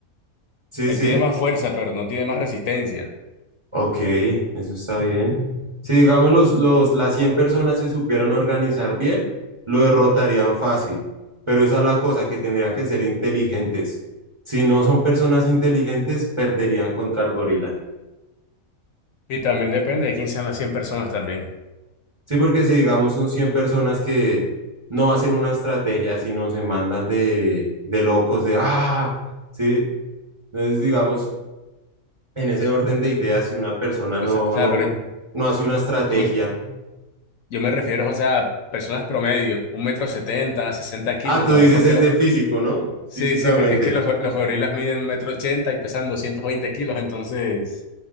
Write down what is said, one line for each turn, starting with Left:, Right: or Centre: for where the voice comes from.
Right: sí,
Left: él
Right: sí,
Left: tiene más fuerza, pero no tiene más resistencia.
Right: Ok, eso está bien. Si digamos los, los, las 100 personas se supieran organizar bien, lo derrotarían fácil, pero esa es la cosa, que tendrían que ser inteligentes. Si no son personas inteligentes, perderían contra el gorila.
Left: Y también depende de quién sean las 100 personas también.
Right: Sí, porque si digamos son 100 personas que no hacen una estrategia, sino se mandan de, de locos, de ¡ah! Sí, entonces digamos, en ese orden de ideas, si una persona
Left: O
Right: no,
Left: sea, o sea,
Right: no,
Left: pero yo,
Right: no hace una estrategia,
Left: me- yo me refiero, o sea, a personas promedio, un metro setenta, 60 kilos,
Right: Ah, tú
Left: no,
Right: dices
Left: porque
Right: es
Left: los...
Right: de físico, ¿no? Físicamente,
Left: Sí, sí, porque es que los, go- los gorilas miden un metro ochenta y pesan 220 kilos, entonces,